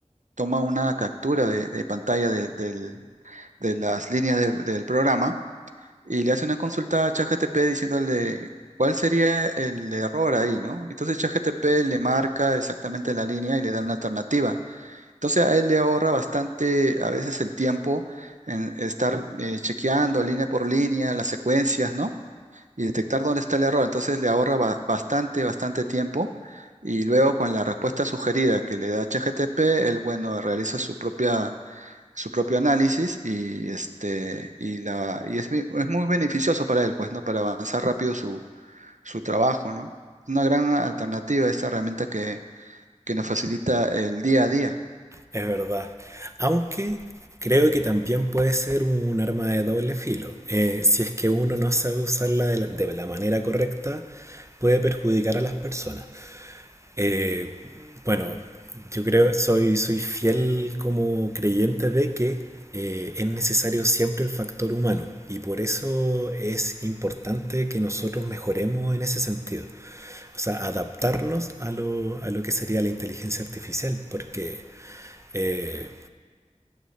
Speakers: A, on the right (about 75°); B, on the right (about 25°).
A: toma una captura de, de pantalla de, del- de las líneas de- del programa y le hace una consulta a ChatGPT diciéndole cuál sería el error ahí, ¿no? Entonces ChatGPT le marca exactamente la línea y le da una alternativa. Entonces a él le ahorra bastante a veces el tiempo en estar eh, chequeando línea por línea las secuencias, ¿no? y detectar dónde está el error. Entonces le ahorra ba- bastante, bastante tiempo. Y luego con la respuesta sugerida que le da ChatGPT, él, bueno, realiza su propia, su propio análisis y, este, y, la, y es, mi- es muy beneficioso para él, pues, ¿no? Para avanzar rápido su, su trabajo, ¿no? Una gran alternativa a esta herramienta que, que nos facilita el día a día.
B: es verdad. Aunque creo que también puede ser un arma de doble filo. Eh, si es que uno no sabe usarla de la, de la manera correcta, puede perjudicar a las personas. Eh, Bueno, yo creo, soy, soy fiel como creyente de que eh, es necesario siempre el factor humano y por eso es importante que nosotros mejoremos en ese sentido. O sea, adaptarnos a lo, a lo que sería la inteligencia artificial, porque eh,